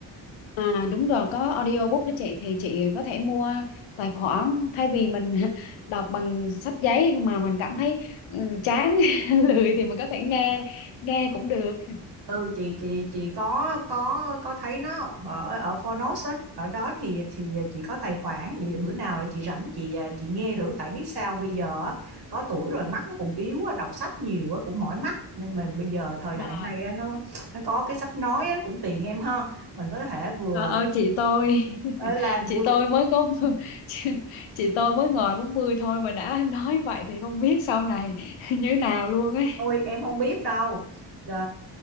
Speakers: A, on the left; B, on the right.
A: à, đúng rồi có audiobook đó chị thì chị có thể mua tài khoản thay vì mình <laughs> đọc bằng sách giấy mà mình cảm thấy ừ, chán <laughs> lười thì mình có thể nghe nghe cũng được
B: ừ chị chị chị có có có thấy nó ở ở phonos á ở đó thì thì chị có tài khoản vậy bữa nào là chị rảnh chị à, chị nghe thử tại biết sao bây giờ á, có tuổi rồi mắt nó cũng yếu á, đọc sách nhiều á cũng mỏi mắt nên mình bây giờ thời đại
A: rồi
B: này á, nó nó có cái sách nói á, cũng tiện em ha mình có thể vừa
A: Trời ơi chị tôi <laughs>
B: ờ, làm
A: chị
B: vừa
A: tôi mới có <laughs> chị, chị tôi mới ngồi 40 thôi mà đã em nói vậy thì không biết sau này <laughs> như thế nào luôn ấy
B: thôi em không biết đâu à,